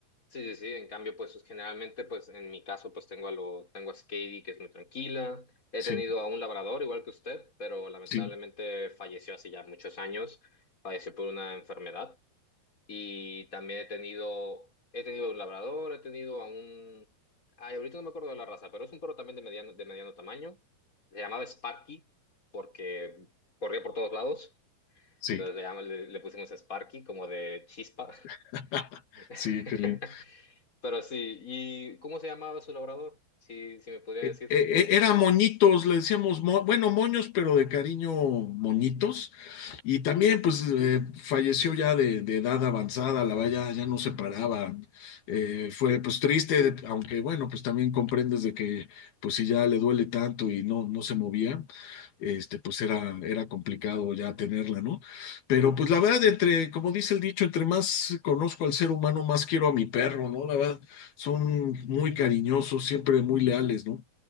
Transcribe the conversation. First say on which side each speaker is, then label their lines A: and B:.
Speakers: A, on the left; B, on the left.
A: Sí, sí, sí. En cambio, pues generalmente, pues en mi caso, pues tengo a lo, tengo a Skady, que es muy tranquila. He
B: Sí,
A: tenido a un labrador, igual que usted, pero lamentablemente
B: sí,
A: falleció hace ya muchos años. Falleció por una enfermedad. Y también he tenido, he tenido un labrador, he tenido a un. Ay, ahorita no me acuerdo de la raza, pero es un perro también de mediano, de mediano tamaño. Se llamaba Sparky porque corría por todos lados.
B: sí.
A: Entonces le, llama- le, le pusimos Sparky como de chispa.
B: <laughs>
A: <laughs>
B: Sí, qué lindo.
A: Pero sí, ¿y cómo se llamaba su labrador? Si, si me podría decir.
B: eh, eh, eh, era moñitos, le decíamos, mo- bueno, moños, pero de cariño moñitos. Y también, pues, eh, falleció ya de, de edad avanzada, la valla ya no se paraba. Eh, fue, pues, triste, aunque, bueno, pues también comprendes de que, pues, si ya le duele tanto y no, no se movía, este, pues era, era complicado ya tenerla, ¿no? Pero, pues, la verdad, entre, como dice el dicho, entre más conozco al ser humano, más quiero a mi perro, ¿no? La verdad, son muy cariñosos, siempre muy leales, ¿no?